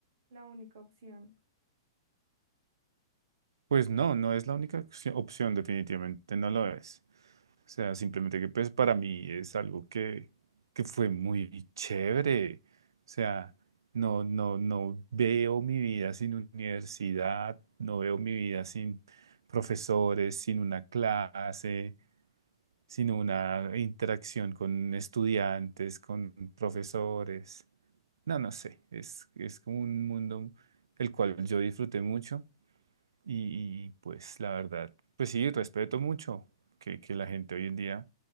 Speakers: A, on the right; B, on the right.
A: la única opción.
B: Pues no, no es la única opci- opción, definitivamente, no lo es. O sea, simplemente que pues para mí es algo que, que fue muy chévere. O sea, no, no, no veo mi vida sin universidad, no veo mi vida sin profesores, sin una clase, sin una interacción con estudiantes, con profesores. No, no sé, es, es como un mundo el cual yo disfruté mucho y, y, pues la verdad, pues sí, respeto mucho que, que la gente hoy en día